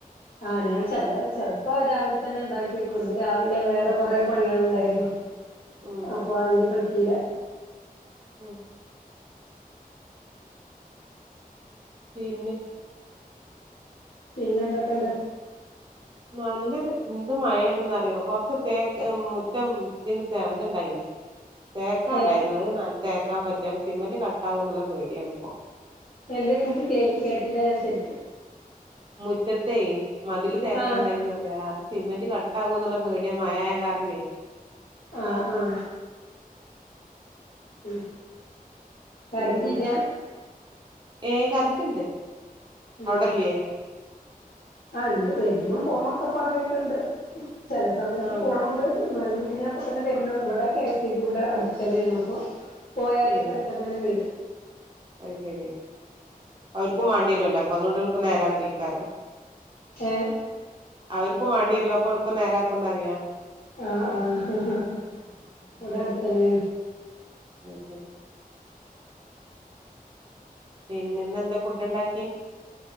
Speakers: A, on the left (about 80°); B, on the right (about 30°).
A: ആഹ് ഞാൻ ചില ചെിലപ്പോ രാവിലെ തന്നെ ഉണ്ടാക്കിയേക്കുംന്ന് രാവിലെ വേറെ കൊറെേ പണികള് ഉണ്ടായിരുന്നു
B: ഉം
A: അപ്പൊ അതിന് പറ്റിയില്ല
B: ഉം പിന്നെ
A: പിന്നെ എന്തൊക്കെണ്ട്
B: നല്ലത് എന്ത് മഴയാണെന്നറിയോ കൊറച്ച തേക്ക് മുറ്റം ഇതിന് ഇത്ണ്ടായിന് തേക്കാണ്ടായിരുന്നു
A: ഏഹ്
B: അത് ന തേക്കാൻ പറ്റാണ് സിമെന്റ് കട്ടാകും എന്നുള്ള പേടിയാണ് ഇപ്പോ
A: എന്താ എനിക്ക് കേ കേട്ടില്ല ഞാൻ ശരിക്ക്
B: മുറ്റത്തേ മതില് തേക്കാണ്ടതിനനന്നറിയ
A: ആഹ്
B: അത് സിമെന്റ് ക ട്ടവുവോ എന്നുള്ള പേടിയ മയായ കാർണേ
A: ആഹ് ആഹ് ഉം കറണ്ടില്ല
B: പിന്നെ ഏഹ് കറന്റ് ഉണ്ട്
A: ഉം
B: അവിടില്ല്യ
A: ആഹ് ഉണ്ട് വരുന്നും പോണൊക്കെ പാടായിട്ടുണ്ട് ചില സമയത്ത്
B: ആഹ്
A: പോണുണ്ട് ന്നാല് പിന്നെ അപ്പൊ തന്നെ വരുന്നണ്ട് ഇവിടെ കേ സക്ക് ഇവിടെ അടുതന്നെയാണ് അപ്പൊ പോയാലും
B: ഏ
A: പെട്ടെന്ന് തന്നെ വരും
B: അത് ശെരി അവർക്കും വേണ്ടി വരുവല്ലോ അപ്പൊ അതുകൊണ്ട് എളുപ്പം നേരയിക്കാരോ
A: ഏഹ്
B: അവർക്കും വണ്ടി വരുവപ്പ എളുപ്പം നേരാക്കുംന്ന് അറിയാം
A: ആഹ് ആഹ് ഇവിടെ അടുത്തന്നെ
B: ഉം ഉം പിന്നെന്ന് എന്താ ഫുഡ് ഉണ്ടാക്കി